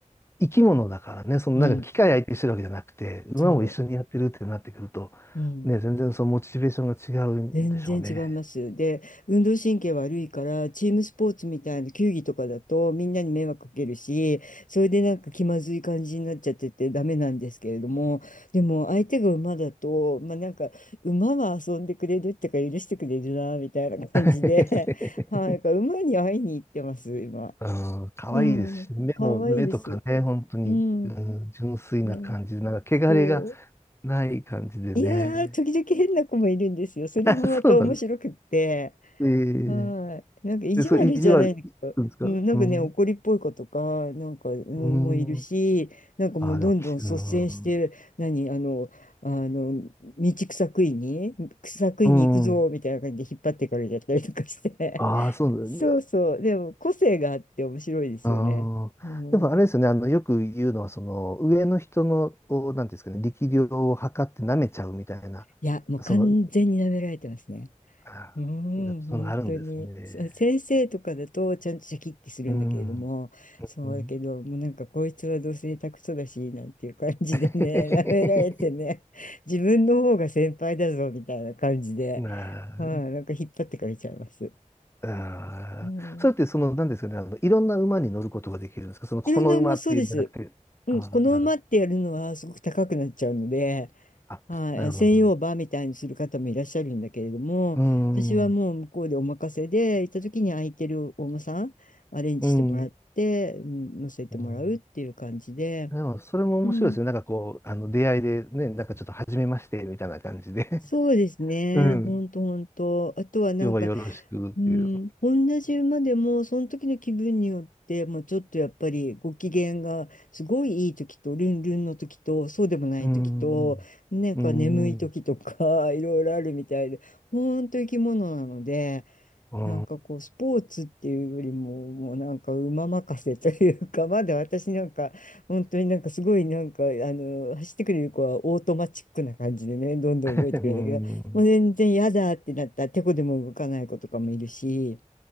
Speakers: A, on the left (about 20°); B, on the left (about 85°).
A: 生き物だからね、そのなんか機械相手にしてるわけじゃなくて、
B: うん、
A: 馬も一緒にやってるってなってくると、
B: そう。うん
A: ね、全然そのモチベーションが違うんでしょうね。
B: 全然違います。で、運動神経悪いから、チームスポーツみたいな球技とかだと、みんなに迷惑かけるし、それでなんか気まずい感じになっちゃっててダメなんですけれども、でも相手が馬だと、まあなんか、馬は遊んでくれるってか許してくれるな、みたいな感じで、
A: <laughs>
B: <laughs> はい、だから馬に会いに行ってます、今。
A: うん、可愛いですしね、
B: うん、
A: 目も、
B: かわいいです。
A: 目とかね、本当に、
B: うん、
A: うん、純粋な感じで、
B: ね、
A: なんか、汚れが
B: そう。
A: ない感じでね。
B: いやー、時々変な子もいるんですよ。
A: <laughs>
B: それもまた面白くって。
A: そうなんです。ええ
B: はい。なんか意地悪じゃないんだけど、
A: で、そう、意地悪いくんですかうん。
B: うん、なんかね、怒りっぽい子とか、なんか、うん、
A: う
B: もういるし、
A: ん。
B: なんかもうどんどん率先して、
A: ああ、でも、きうん。
B: 何、あの、あの、道草食いに、草食いに行くぞ、
A: うん。
B: みたいな感じで引っ張ってかれちゃったりとかして。
A: ああ、そうなんだね
B: <laughs> そうそう。でも、個性があって面白いですよね。
A: ああ。
B: うん。
A: でも、あれですよね、あの、よく言うのは、その、上の人の、を、なんていうんですかね、力量を測って舐めちゃうみたいな、
B: いや、もう完全に舐められてますね。
A: その、あ
B: うん、
A: あ、そのあるんですね。
B: 本当に。せ先生とかだとちゃんとシャキッてするんだけれども、
A: うん。
B: そうだけど、
A: うん
B: もうなんかこいつはどうせ下手くそだし、なんていう感じでね、
A: <laughs>
B: <laughs> 舐められてね、自分の方が先輩だぞみたいな感じで、
A: なあ、
B: はい、なんか引っ張ってかれちゃいます。
A: ああ、
B: うん、
A: それってその、なんですかね、あの、いろんな馬に乗ることができるんですかその、この馬っていうんじゃなくて、
B: いろんな馬、そうです。うん、
A: ああ、
B: この馬ってやるのはすごく高くなっちゃうので、
A: なる、あ、
B: はい、
A: なるほど。
B: 専用バーみたいにする方もいらっしゃるんだけれども、
A: うん、
B: 私はもう向こうでお任せで、
A: うん、
B: 行った時に空いてるお馬さん、アレンジしてもらって、
A: う
B: うん乗せてもらうっていう感じで、
A: ん。でも、それも面白いですよ。
B: うん、
A: なんかこう、あの、出会いでね、なんかちょっと初めまして、みたいな感じで
B: そうですね、
A: <laughs> うん。
B: ほんとほんと。
A: <laughs>
B: あとはなんか、
A: 今日はよろしくっていう。
B: うん、同じ馬でもその時の気分によって、もうちょっとやっぱりご機嫌がすごいいい時とルンルンの時とそうでもない時となんか眠い時とか
A: うん、うん、うん、う
B: <laughs> いろいろあるみたいで本当生き物なので
A: ん、
B: なんかこう、スポーツっていうよりも、もうなんか馬任せというか、まだ私なんか、本当になんかすごいなんか、あの、走ってくれる子はオートマチックな感じでね、どんどん動いてくれるんだけど、
A: <laughs> うん、
B: もう全然嫌だってなったら、てこでも動かない子とかもいるし、